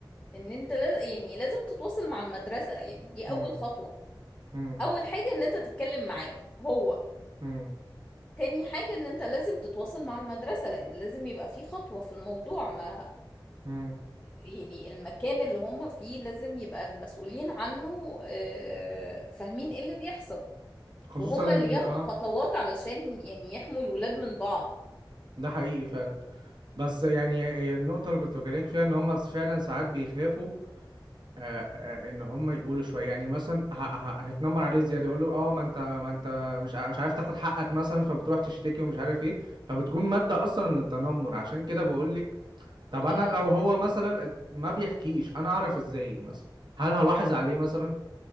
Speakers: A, on the left; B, on the right.
A: ان انت لازم يعني لازم تتواصل مع المدرسة يعني دي
B: مم،
A: اول خطوة
B: مم،
A: اول حاجة ان انت تتكلم معاه هو
B: مم،
A: تاني حاجة ان انت لازم تتواصل مع المدرسة لان لازم يبقى في خطوة في الموضوع ما
B: مم.
A: يعني المكان اللي هم فيه لازم يبقى المسؤولين عنه آه، فاهمين ايه اللي بيحصل
B: خصوصا
A: وهم اللي
B: ان
A: ياخدوا
B: اه
A: خطوات علشان يعني يحموا الولاد من بعض
B: ده حقيقي فعلا بس يعني هي النقطة اللي كنت بكلمك فيها ان هم فعلا ساعات بيخافوا آه، آه، ان هم يقولوا شويه يعني مثلا ه- ه- هيتنمر عليه زياده يقول له اه ما انت ما انت مش ع- مش عارف تاخد حقك مثلا فبتروح تشتكي ومش عارف ايه فبتكون مادة أصلا للتنمر عشان كده بقول طب
A: اه
B: انا لو هو مثلا ما بيحكيش انا اعرف ازاي مثلا هل هلاحظ عليه مثلا